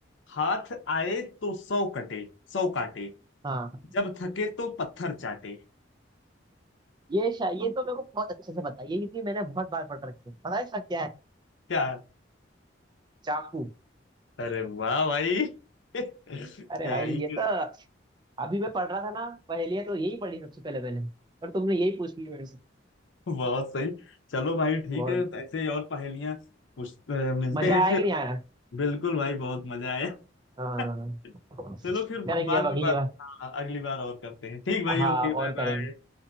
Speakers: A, on the left (about 70°); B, on the right (about 25°).
A: हाथ आए तो सौ कटे सौ काटे
B: हाँ
A: जब थके तो पत्थर चाटे
B: ये शा, ये तो मेरे को बहुत अच्छे से पता है ये क्योंकि मैंने बहुत बार पढ़ रखी है पता है इसका क्या है
A: क्या
B: चाकू
A: अरे वाह भाई <laughs> क्या
B: अरे भाई
A: ही
B: ये तो अभी मैं पढ़ रहा था ना पहेलियां तो यही पढ़ी सबसे पहले मैंने पर तुमने यही पूछ ली मेरे से
A: बहुत सही चलो भाई ठीक
B: बहुत
A: है ऐसे ही और पहेलियां पूछ- अ, मिलते
B: मजा
A: हैं
B: आया
A: फिर
B: कि नहीं आया
A: बिल्कुल भाई बहुत मजा आया
B: हाँ
A: <laughs> चलो फिर
B: करेंगे
A: बाद
B: अब
A: में
B: अगली
A: बात
B: बार
A: हाँ अगली बार और करते हैं ठीक भाई
B: हाँ
A: ओके
B: और
A: बाय
B: करेंगे
A: बाय